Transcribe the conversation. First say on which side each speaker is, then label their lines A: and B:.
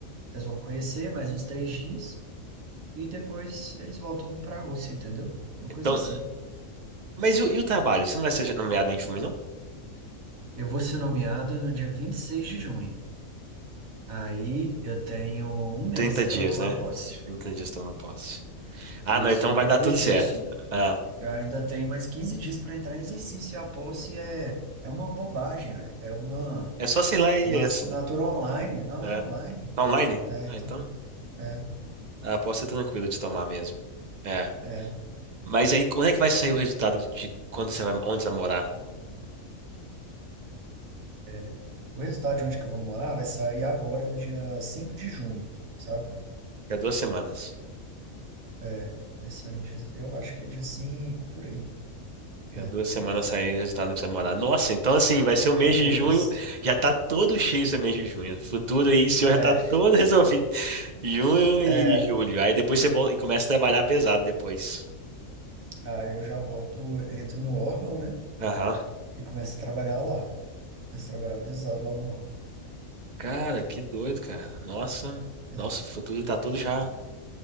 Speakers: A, on the right; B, on the right.
A: eles vão conhecer mais uns três dias e depois eles voltam pra Rússia, entendeu? Uma
B: Então,
A: coisa assim.
B: mas e o, e o trabalho? Você não vai ser nomeado em junho, não?
A: Eu vou ser nomeado no dia 26 de junho. Aí eu tenho um mês
B: trinta
A: para
B: dias,
A: tomar
B: né?
A: posse.
B: trinta dias tomar posse. Ah,
A: Isso.
B: não, então
A: E
B: vai
A: depois
B: dar tudo certo.
A: disso,
B: Ah,
A: Eu ainda tenho mais 15 dias para entrar em exercício. E a Pulse é, é uma bobagem, velho. É uma,
B: é só sei lá e
A: é uma assinatura
B: assinar.
A: online. Não
B: É.
A: é online.
B: Tá online?
A: É,
B: Ah,
A: então,
B: então
A: é,
B: a posse é tranquila de tomar mesmo. É.
A: é,
B: Mas aí, quando é que vai sair o resultado de quando você vai, onde você vai morar?
A: é. O resultado de onde que eu vou morar vai sair agora, no dia 5 de junho, sabe?
B: Daqui a duas semanas.
A: É, vai sair no dia, eu acho que é dia 5 por aí.
B: Fica
A: É,
B: duas semanas saindo o resultado que você vai morar. Nossa, então assim, vai ser o mês
A: tá previsto.
B: de junho, já tá todo cheio esse mês de junho. Futuro aí, o senhor
A: É,
B: já tá todo resolvido. <laughs> Junho
A: é.
B: e julho. Aí depois você volta e começa a trabalhar pesado depois.
A: Aí eu já volto, entro no órgão, né?
B: Aham.
A: E começo a trabalhar lá. Começo a trabalhar pesado lá no órgão.
B: Cara, que doido, cara. Nossa,
A: É.
B: nossa, o futuro tá todo já.